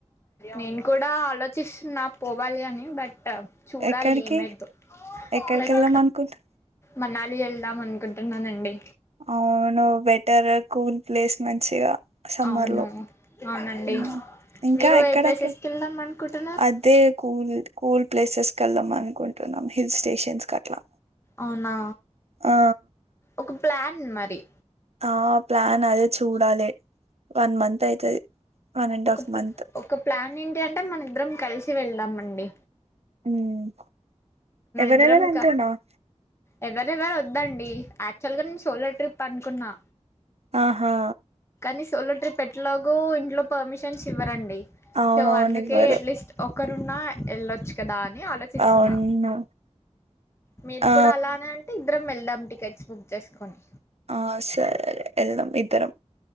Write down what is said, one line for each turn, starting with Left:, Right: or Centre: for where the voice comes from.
Left: నేను కూడా ఆలోచిస్తున్నా పోవాలి అని బట్ చూడాలి
Right: ఎక్కడికి
Left: ఏమైద్దో
Right: ఎక్కడికి
Left: లైక్
Right: వెళ్దాం అనుకుంటూ
Left: మనాలి వెళ్దాం అనుకుంటున్నానండి
Right: అవును బెటర్ కూల్ ప్లేస్ మంచిగా సమ్మర్
Left: అవును
Right: లో
Left: అవునండి
Right: ఉమ్ ఇంకా
Left: మీరు
Right: ఎక్కడెక్క
Left: ఏ ప్లేసెస్కి వెళ్దాం అనుకుంటున్నారు
Right: అదే కూల్ కూల్ ప్లేసెస్ వెళ్దాం అనుకుంటున్నాం హిల్స్ స్టేషన్స్ అట్లా
Left: అవునా
Right: ఆ
Left: ఒక ప్లాన్ మరి టి
Right: ఆ ప్లాన్ అదే చూడాలే వన్ మంత్ అయితది వన్ అండ్
Left: ఒక
Right: హాఫ్
Left: ప్లా
Right: మంత్
Left: ఒక్క ప్లాన్ అంటే మన ఇద్దరం కలిసి చ్చి వెళ్ళాంమండి
Right: ఉమ్ ఎవరెవరు
Left: ఇద్దరం
Right: అంటున్నావ్
Left: క ఎవరెవరు వద్దండి యాక్చువల్గా నేను సోలో ట్రిప్ అనుకున్నా
Right: ఆహా
Left: కానీ సోలో ట్రిప్ ఎలాగో ఇంట్లో పర్మిషన్స్ ఇవ్వరండి
Right: అవునవును
Left: సో అందుకే
Right: ఇవ్వరు
Left: అట్లీస్ట్ ఒక ఒక్కరున్న వెళ్ళొచ్చు కదా ఆలోచిస్తున్నా
Right: అవును
Left: మీరు
Right: అ
Left: కూడా అలానే అంటే మనిద్దరం వెళ్దాం టికెట్స్ బుక్ చేసుకొని
Right: ఆ సరే వెళ్దాం ఇ ద్దరం